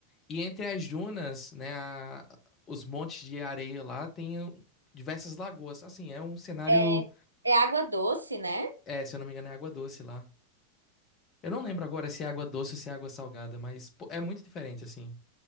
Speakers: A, on the left (about 30°); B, on the right (about 80°).
A: E entre as dunas, né, a- os montes de areia lá tem diversas lagoas. Assim, é um cenário,
B: é, é água doce, né?
A: é, se eu não me engano, é água doce lá. Eu não lembro agora se é água doce ou se é água salgada, mas pô, é muito diferente, assim.